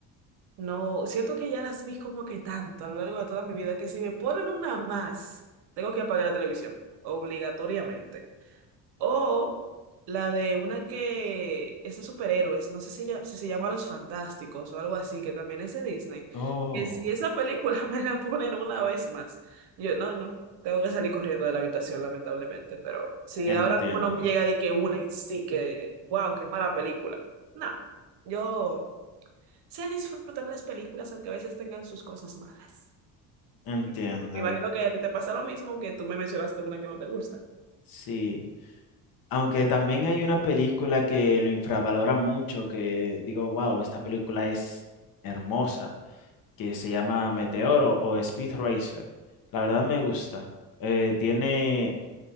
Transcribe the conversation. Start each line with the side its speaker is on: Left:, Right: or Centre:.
Right: No, siento que ya las vi como que tanto a lo largo de toda mi vida que si me ponen una más, tengo que apagar la televisión, obligatoriamente. O la de una que es de superhéroes, no sé si, ya- si se llama Los Fantásticos o algo así, que también es de Disney.
Left: Oh,
Right: Que si esa película <laughs> me la ponen una vez más, yo no, no, tengo que salir corriendo de la habitación, lamentablemente. Pero si
Left: entiendo,
Right: ahora mismo no me llega de que una en sí, que wow, qué mala película. No, yo sé disfrutar las películas, aunque a veces tengan sus cosas malas.
Left: entiendo.
Right: Me imagino que a ti te pasa lo mismo, aunque tú me mencionaste una que no te gusta.
Left: Sí. Aunque también hay una película que lo infravalora mucho, que digo, wow, esta película es hermosa, que se llama Meteoro o Speed Racer. La verdad me gusta. Eh, tiene,